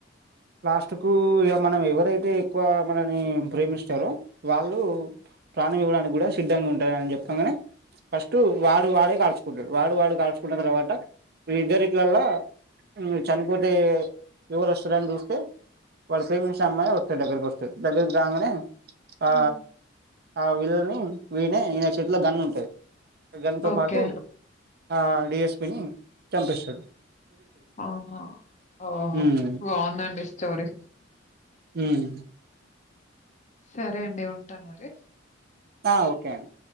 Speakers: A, on the right; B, on the left.
A: లాస్ట్ కు ఇగ మనం ఎవరైతే ఎక్కువ మనని ప్రేమిస్తరో వాళ్ ఉ ప్రాణం ఇవ్వడానికి గుడా సిద్ధంగా ఉంటారని చెప్పాంగనే ఫస్టూ వాడు వాడే కాల్చుకుంటడు వాడు వాడు కాల్చుకున్న తర్వాత మీ ఇద్దరీట్లలా మ్ చనిపోతే ఎవరోస్తారని చూస్తే వాడ్ ప్రేమించిన అమ్మాయి ఒక దగ్గరకొస్తది దగ్గర్కి రాంగనే ఆ
B: ఉమ్.
A: అ వీలను వీనే ఈన చేత్ల గన్నుంటది గన్తో
B: ఓకే
A: పాటు ఆ డిఎస్పిని చంపిస్తడు
B: ఆహ ఓహో
A: ఉమ్
B: బాగుందండి స్టోరీ
A: ఉమ్
B: సరే అండి ఉంటాను మరి
A: ఆ ఓకే అండి